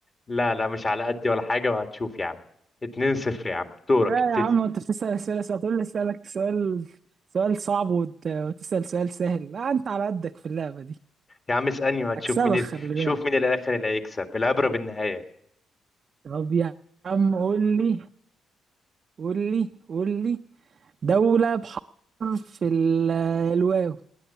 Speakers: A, on the left (about 30°); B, on the right (about 50°).
A: لا لا مش على قدي ولا حاجه وهتشوف يا عم 2 0 يا عم دورك
B: لا
A: ابتدي
B: يا عم انت بتسأل اسئله سهله هتقول لي اسالك سؤال سؤال صعب وت... وتسأل سؤال سهل لا انت على قدك في اللعبه دي
A: يا عم اسالني وهتشوف
B: هكسبك
A: مين ال...
B: خلي
A: شوف
B: بالك
A: مين الاخر اللي هيكسب العبره بالنهايه
B: طب يا عم قول لي قول لي قول لي دولة بحرف ال... الواو